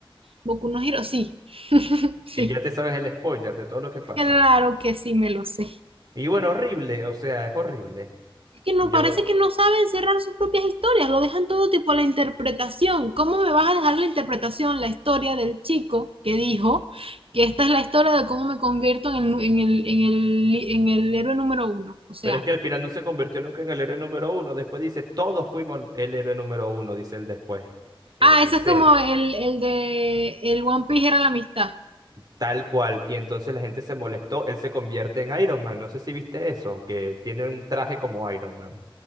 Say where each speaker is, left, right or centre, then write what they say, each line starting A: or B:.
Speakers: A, on the right; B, on the right.
A: Boku no Hero, sí. <laughs> Sí.
B: y ya te sabes el spoiler de todo lo que pasa.
A: Claro que sí, me lo sé.
B: Y bueno, horrible, o sea, es horrible.
A: que no
B: Yo
A: parece que no saben cerrar sus propias historias, lo dejan todo tipo a la interpretación. ¿Cómo me vas a dejar la interpretación, la historia del chico que dijo que esta es la historia de cómo me convierto en el, en el, en el, en el héroe número uno? O sea,
B: Pero es que al final no se convirtió nunca en el héroe número uno. Después dice, todos fuimos el héroe número uno, dice él después. En
A: ah, eso
B: serio,
A: es como el, el de el One Piece era la amistad.
B: tal cual. Y entonces la gente se molestó. Él se convierte en Iron Man. No sé si viste eso, que tiene un traje como Iron Man.